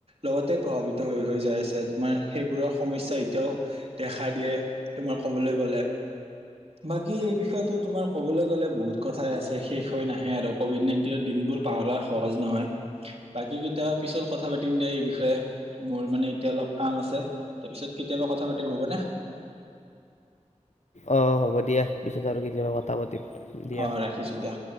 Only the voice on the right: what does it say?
লগতে প্ৰভাৱিত হৈ হৈ যায় আছে তোমাৰ সেইবোৰৰ সমস্যা এতিয়াও দেখা দিয়ে তোমাৰ কবলৈ গলে। বাকী এই বিষয়টো তোমাৰ কবলৈ গলে বহুত কথাই আছে শেষ হৈ নাহে আৰু কভিড নাইনটিনৰ দিনবোৰ পাহৰা সহজ নহয় বাকী কেতিয়াবা পিছত কথা পাতিম দিয়া এই বিষয়ে মোৰ মানে এতিয়া অলপ কাম আছে তাৰ পিছত কেতিয়াবা কথা পাতিম হ'বনে?
অ' ৰাখিছো দিয়া।